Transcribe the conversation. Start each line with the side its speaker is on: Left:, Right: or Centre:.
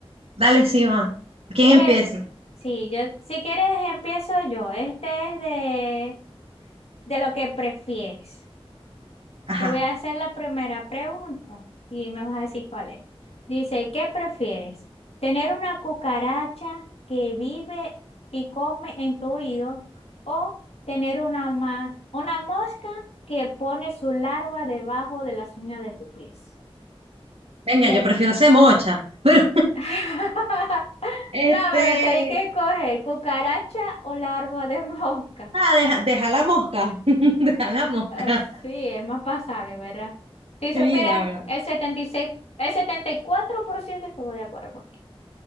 Right: dale, sí va. ¿Quién
Left: Eje,
Right: empieza?
Left: sí, yo, si quieres empiezo yo. Este es de, de lo que prefieres.
Right: Ajá.
Left: Te voy a hacer la primera pregunta y me vas a decir cuál es. Dice, ¿qué prefieres? ¿Tener una cucaracha que vive y come en tu oído o tener una, ma- una mosca que pone su larva debajo de las uñas de tu pies?
Right: Venga,
Left: ¿Qué?
Right: yo prefiero ser mocha. Pero,
Left: <laughs>
Right: este,
Left: No, pero tenés que escoger cucaracha o larva de <laughs> mosca.
Right: ah, deja, deja la mosca. <laughs> Deja la mosca.
Left: Así es más pasable, ¿verdad? Si supieras,
Right: Sí, la verdad.
Left: el 76, el 74% estuvo de acuerdo. contigo.